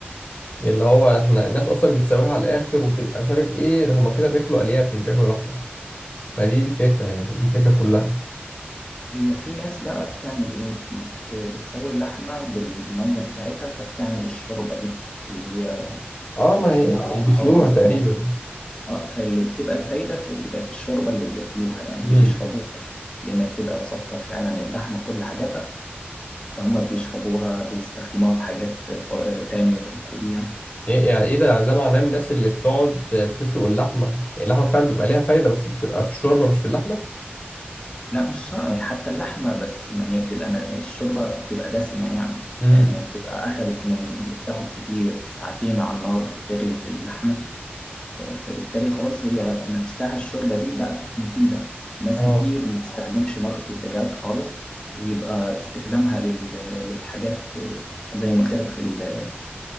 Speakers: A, on the left; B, on the left.
A: يعني اللي هو احنا الناس اصلا اللي بتسويها على الاخر وتبقى مش عارف ايه ده هما كده بياكلوا الياف مش بياكلوا لحمه فدي الفكره يعني دي الفكره كلها
B: هي في ناس بقى بتعمل ايه بت... بتسوي اللحمه بالميه بتاعتها فبتعمل الشوربه دي اللي هي
A: اه
B: المرق
A: ما هي اللي بيسلوها
B: او بيسموها
A: تقريبا
B: اه فاللي بتبقى الفايدة في ال- في الشوربة اللي بياكلوها يعني
A: مم.
B: اللي بيشربوها دي لأنها بتبقى صفت فعلا اللحمة كل حاجاتها فهم بيشربوها بيستخدموها في حاجات ط- تانية يطبخوا بيها
A: ايه يعني ايه ده يعني ده معناه الناس اللي بتقعد بتسلق اللحمه يعني اللحمه فعلا بيبقى ليها فايده بس بتبقى في الشوربه مش في اللحمه
B: لا مش شرط حتى اللحمة بس ما هي بتبقى ن- الشوربة بتبقى دسمة يعني
A: امم
B: يعني هي بتبقى أخدت من بتاخد كتير ساعتين على النار بتغلي في اللحمة آه، فبالتالي خلاص هي نفسها الشوربة دي بقت مفيدة ناس
A: اه
B: كتير ما تستخدمش مرقة الدجاج خالص ويبقى استخدامها لل- للحاجات آه، زي ما قلت لك في ال-